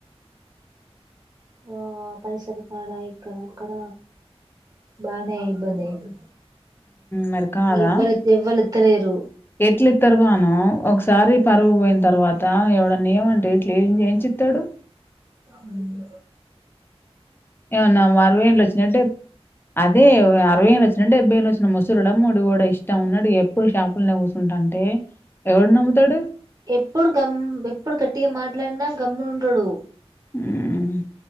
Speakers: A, on the right (about 30°); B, on the left (about 20°).
A: ఆ పైసలు కాడా ఇక్కడ అక్కడ బానే ఇబ్బంది అయింది
B: మరి కాదా
A: ఎవ్వరు ఎవ్వరు ఎత్తలేరు
B: ఎట్లు తరు కాన ఒక ఒకసారి పరుపోయిన తర్వాత ఎవడేనా ఇయ్యి మంటే ఇట్లా ఏం చెయిచి ఇతాడు
A: మ్మ్
B: ఏవునా మారువేం వచ్చినట్ అదే అరవై ఏళ వచ్చినే డెబ్బైేళ వచ్చిన ముసురుడుమ్మడు కూడా ఇష్టం ఉన్నాడు ఇకప్పుడుషాలల్లోనే కూర్చుంటుంటే ఏ ఎవడున్నా నమ్ముతాడు
A: ఎప్పుడు గమ్ ఎప్పుడు గట్టిగా మాట్లాడినా గమ్ములు ఉండడు
B: హ్మ్